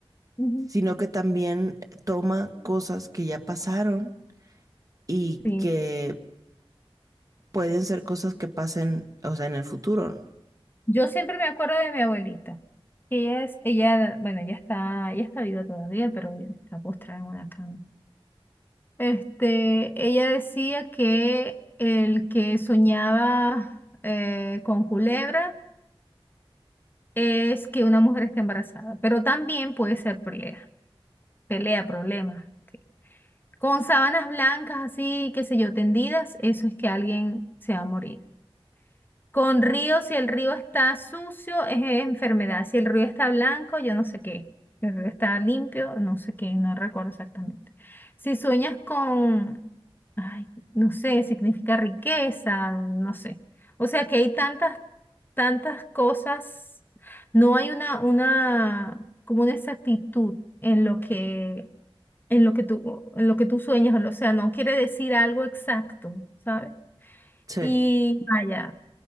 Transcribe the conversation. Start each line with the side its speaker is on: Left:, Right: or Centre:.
Left: ujú.
Right: sino que también toma cosas que ya pasaron y
Left: Sí.
Right: que pueden ser cosas que pasen, o sea, en el futuro.
Left: Yo siempre me acuerdo de mi abuelita. Ella es, ella, bueno, ella está, ella está viva todavía, pero bueno, está postrada en una cama. Este, ella decía que el que soñaba eh, con culebra es que una mujer está embarazada, pero también puede ser pelea, pelea, problema. Con sábanas blancas así, qué sé yo, tendidas, eso es que alguien se va a morir. Con río, si el río está sucio, es enfermedad. Si el río está blanco, yo no sé qué. Si el río está limpio, no sé qué, no recuerdo exactamente. Si sueñas con, ay, no sé, significa riqueza, no sé. O sea que hay tantas, tantas cosas. No hay una, una, como una exactitud en lo que, en lo que tú, en lo que tú sueñas. O sea, no quiere decir algo exacto, ¿sabes?
Right: Sí,
Left: Y vaya.